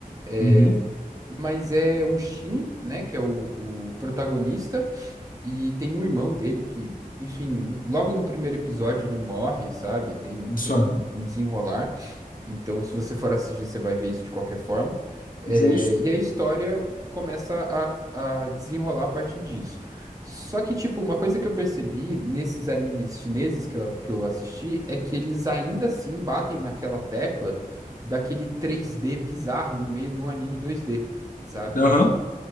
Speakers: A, on the right; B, on the left.
A: é,
B: uhum.
A: mas é o Xin, né, que é o o protagonista. E tem um irmão dele que, enfim, no- logo no primeiro episódio ele morre, sabe? Tem
B: Só.
A: todo um, um desenrolar. Então, se você for assistir, você vai ver isso de qualquer forma. É,
B: Justo.
A: e a história começa a, a desenrolar a partir disso. Só que, tipo, uma coisa que eu percebi nesses animes chineses que eu, que eu assisti é que eles ainda assim batem naquela tecla daquele 3D bizarro no meio de um anime 2D, sabe?
B: Aham.